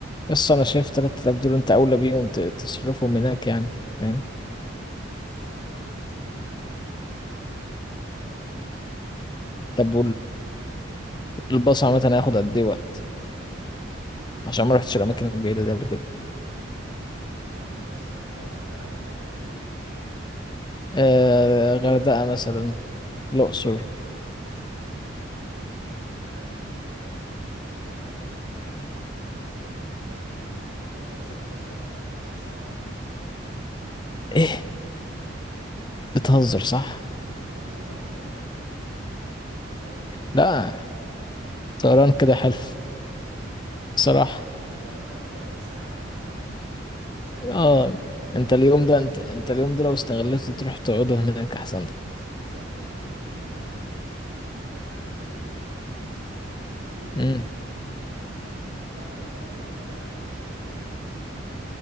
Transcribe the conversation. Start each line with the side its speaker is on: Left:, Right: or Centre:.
Left: بس أنا شايف
Right: من
Left: 3000
Right: هنا
Left: دول أنت أولى بيهم ت- تصرفهم هناك يعني فاهم
Right: بس راحتك يا اسطى انت متخيل توصل في نص ساعه راحتك يا عم
Left: طب والباص عامة هياخد قد إيه وقت عشان ما رحتش الأماكن البعيدة دي قبل كده
Right: لا الباص انت قصدك على انهي مكان بالظبط
Left: آه غردقة مثلا الأقصر
Right: ما ش- شتان بين الغردقه والاقصر ممكن الغردقه 8 9 ساعات ولا 7 ساعات ولا بتاع انما الاقصر هيخش لها في ال 13 ساعه ولا ال 14 ساعه
Left: إيه بتهزر
Right: فاهم
Left: صح؟
Right: والله العظيم ما بهزر والله بحلف
Left: لا
Right: لك بالله
Left: طيران كده حلو بصراحة
Right: طبعا الطيران هياخدها لك في ساعة ولا ساعة ونص في ثانية
Left: آه
Right: تكون وصلت
Left: أنت اليوم
Right: هناك
Left: ده أنت أنت اليوم ده لو استغليته تروح تقعده هناك أحسن
Right: بالظبط يا اسطى يوم كامل نص يوم انت لا هو يوم صحيان كامل يوم انت
Left: لك
Right: صاحي في المواصلات ظهرك بقى يموت عايز تخش الحمام مش مشكلتنا